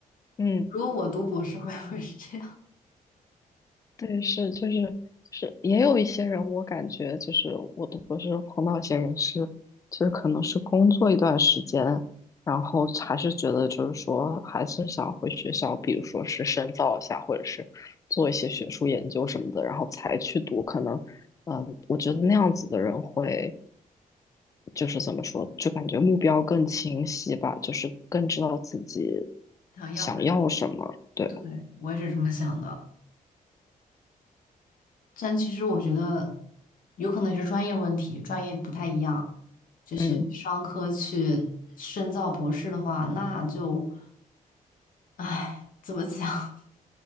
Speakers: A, on the left; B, on the left.
A: 嗯
B: 如果我读博士会不会是这样？
A: 对，是就是是，也有一些人，我感觉就是我都不是碰到一些人是，就是可能是工作一段时间，然后还是觉得就是说还是想回学校，比如说是深造一下，或者是做一些学术研究什么的，然后才去读。可能，嗯、我觉得那样子的人会就是怎么说，就感觉目标更清晰吧，就是更知道自己
B: 想要，
A: 想要什么。对，
B: 对，我也是这么想的。但其实我觉得有可能也是专业问题，专业不太一样。就是商科去深造博士的话，
A: 嗯。
B: 那就，唉，怎么讲？<laughs>